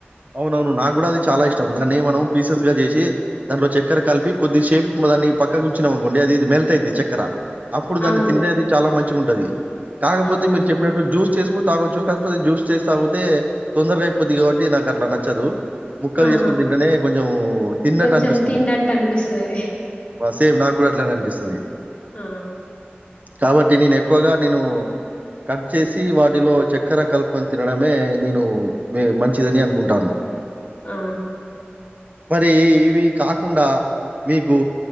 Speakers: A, on the right; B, on the left.
A: అవునవును నాకు కూడా అది చాలా ఇష్టం దాన్ని మనం పీసెస్ గా చేసి దాంలో చక్కెర కలిపి కొద్ది షేప్ దాన్ని పక్క గుంచినం అనుకోండి అది ఇ మెల్తాద్ది చెక్కర అప్పుడు దాన్ని
B: అవును.
A: తింటే అది చాలా మంచిగా ఉంటది కాకపోతే
B: అవునవును.
A: మీరు చెప్పినట్టు జ్యూస్ చేసుక తాగొచ్చు కాకపోతే జ్యూస్ చేసి తాగితే తొందరగా అయిపోద్ది కాబట్టి నాకు అట్లా నచ్చదు ముక్కలు
B: ఆహా!
A: చేసుకొని తింటేనే కొంచెం తిన్నట్టు
B: కొంచెం
A: అనిపిస్తుంది
B: తిన్నట్టనిపిస్తది.
A: మనకి బ సేమ్ నాకు కూడా అట్లానే అనిపిస్తుంది
B: ఆ
A: కాబట్టి నేను ఎక్కువగా నేను కట్ చేసి వాటిలో చక్కెర కలుపుని తినడమే నేను మం చ్చిదని అనుకుంటాను
B: ఆ
A: మరి ఇవి కాకుండా మీకు